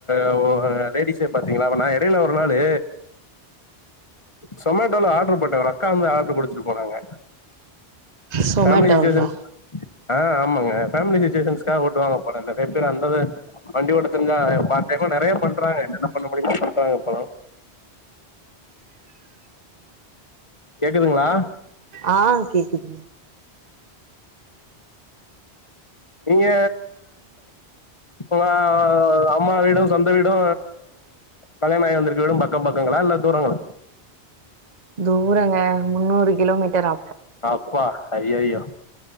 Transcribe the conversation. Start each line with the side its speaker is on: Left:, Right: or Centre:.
Left: ஆ ஒ லேடிசே பாத்தீங்களா நா எடையில ஒரு நாளு சொமேட்டோல ஆட்ரு பேட்டே ஒரு அக்கா வந்து ஆட்ரு குடுத்துட்டு போனாங்க
Right: சோமேட்டாவோடதா
Left: ஃபேமிலி சுச்சுவேஷன்ஸ் ஆ ஆமாங்க ஃபேமிலி சுச்சிவேஷன்ஸ்க்காக ஒட்டுவாங்க போல நெறய பேரு அந்தது வண்டி ஓட்ட தெரிஞ்சா பாட் டைமா நெறைய பண்றாங்க என்ன என்ன பண்ண முடியுமோ பண்றாங்க இப்பலா கேக்குதுங்ளா
Right: ஆ கேக்குது
Left: நீங்க இப்போ அப் அம்மா வீடு சொந்த வீடு கல்யாணா ஆயி வந்திருக்க வீடு பக்கோ பக்கங்களா இல்ல தூரங்களா
Right: தூரங்க முன்னூறு கிலோமீட்டரா
Left: அப்பா ஐய்யய்யோ